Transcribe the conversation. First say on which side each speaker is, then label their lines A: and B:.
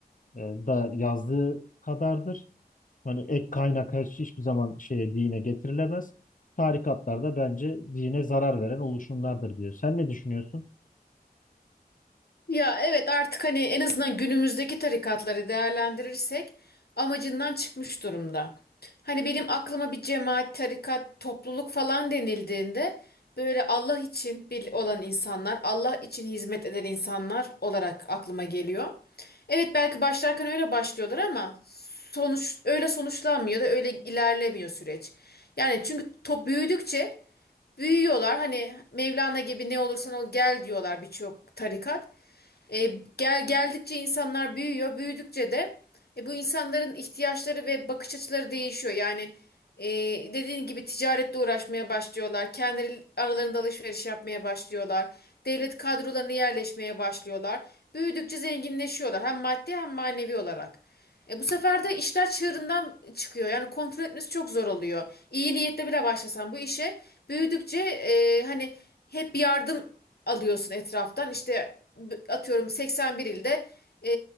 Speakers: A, on the left; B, on the left.
A: e, da yazdığı kadardır. Hani ek kaynak her şey hiçbir zaman şeye dine getirilemez. Tarikatlar da bence dine zarar veren oluşumlardır diyor. Sen ne düşünüyorsun?
B: Ya evet artık hani en azından günümüzdeki tarikatları değerlendirirsek amacından çıkmış durumda. Hani benim aklıma bir cemaat, tarikat, topluluk falan denildiğinde böyle Allah için bir olan insanlar, Allah için hizmet eden insanlar olarak aklıma geliyor. Evet belki başlarken öyle başlıyorlar ama sonuç öyle sonuçlanmıyor da öyle ilerlemiyor süreç. Yani çünkü top büyüdükçe büyüyorlar. Hani Mevlana gibi ne olursan ol gel diyorlar birçok tarikat. E, gel geldikçe insanlar büyüyor. Büyüdükçe de e, bu insanların ihtiyaçları ve bakış açıları değişiyor. Yani e, dediğin gibi ticaretle uğraşmaya başlıyorlar. Kendi aralarında alışveriş yapmaya başlıyorlar. Devlet kadrolarına yerleşmeye başlıyorlar. Büyüdükçe zenginleşiyorlar hem maddi hem manevi olarak. E bu sefer de işler çığırından çıkıyor. Yani kontrol etmesi çok zor oluyor. İyi niyetle bile başlasan bu işe büyüdükçe e, hani hep yardım alıyorsun etraftan. İşte b- atıyorum 81 ilde e,